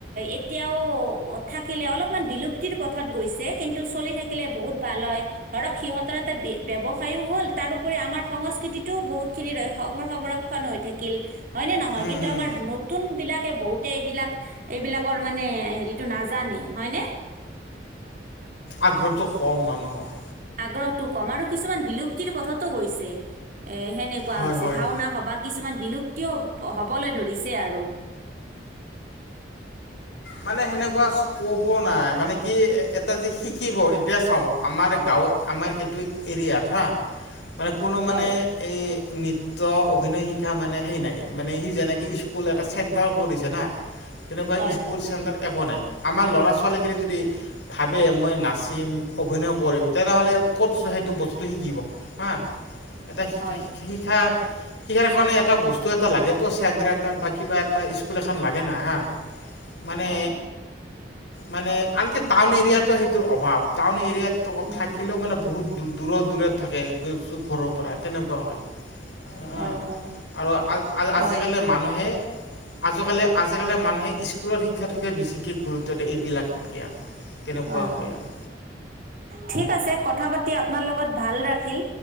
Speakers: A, on the right; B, on the left.
A: এতিয়াও। থাকিলে অলপমান বিলুপ্তিৰ পথত গৈছে কিন্তু চলি থাকিলে বহুত ভাল হয়। ধৰক সিহঁতৰ এটা ব্যৱসায়ও হ'ল তাৰোপৰি আমাৰ সংস্কৃতিতটোও বহুতখিনি সং সংক্ষ। হৈ থাকিল হয় নে নহয়
B: উম
A: কিন্তু
B: উম
A: আমাৰ নতুন বিলাকে বহুত। এইবিলাক এইবিলাকৰ মানে হেৰিতটো নাজানে হয়নে।
B: আগ্ৰহটো কম মানুহৰ।
A: আগ্ৰহটো কম আৰু কিছুমান বিলুপ্তিৰ পঠতো গৈছে এ সেনেকুৱা
B: হয়
A: হৈছে
B: হয়
A: ভাওনা সবাহ। কিছুমান বিলুপ্তিও হ'বলৈ ধৰিছে আৰু।
B: মানে হেনেকুৱা। ক'ব নাই মানে কি এটা যে শিকিব এইটোৱে চাব আমাৰ গাঁৱ আমাৰ এইটো। হেৰিয়াত হা মানে কোনো মানে
A: হয়
B: এই নৃ। অভিনয় শিক্ষা মানে হে নাই মানে সি যেনেকে স্কুল এটা চেণ্টাৰ কৰি দিছে না। তেনেকুৱা
A: হয়
B: স্কুল
A: হয়
B: চেণ্টাৰ একো নাই আমাৰ ল'ৰা- ছোৱালীখিনি যদি। ভাবে মই নাচিম অভিনয় কৰিম তেনেহ'লে ক'তছো সেইটো বস্তু শিকিব। হা এটা শিক্ষা
A: হয়
B: শিক্ষা। সিকাৰ কাৰণে এটা বস্তু এটা লাগেতো চেণ্টাৰ এটা বা কিবা এটা স্কুল এখন লাগে না। মানে,
A: হয়
B: মানে আনকি টাউন এৰিয়াতো সেইটোৰ অভাৱ, টাউন এৰিয়াত ত
A: হুম
B: থাকিলেও
A: হুম
B: মানে বহুত দূ দূৰত দূৰত থাকে গে জ ঘৰৰ পৰা তেনেকুৱা হয়।
A: হয়
B: অ অ
A: হয়
B: আৰু আ
A: হয়
B: আজিকালি মানুহে আজকালি আজিকালিৰ মানুহে স্কুলৰ শিক্ষাটোকে বেছিকৈ গুৰুত্ব দিয়ে এইবিলাকতকে আকৌ। তেনেকুৱা
A: হয় হয়,
B: আৰু
A: ঠিক আছে কথা পাতি আপোনাৰ লগত ভাল ৰাখিল।